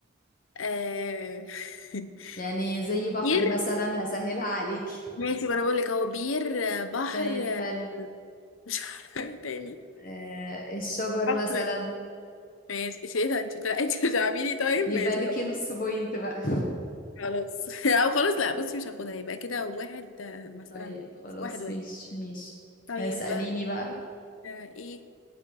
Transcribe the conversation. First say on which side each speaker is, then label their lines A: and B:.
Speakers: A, on the left; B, on the left.
A: آه... <laughs>
B: يعني زي بحر
A: بير
B: مثلا هسهلها عليكي
A: ماشي ما انا بقول لك هو بير آه،
B: <laughs>
A: بحر
B: طيب
A: آه،
B: حلو
A: مش عارفه <laughs> إيه تاني
B: آه الشجر
A: حفر
B: مثلا
A: ماشي ايه ده انت بتلا- انت بتلعبيني طيب
B: يبقى
A: ماشي
B: ليكي
A: خلاص
B: نص بوينت بقى
A: خلاص <laughs> او خلاص لا بصي مش هاخدها يبقى كده واحد آه،
B: <laughs>
A: مثلا
B: طيب خلاص
A: واحد واحد
B: مش مش
A: طيب
B: اسأليني
A: آه،
B: بقى
A: ايه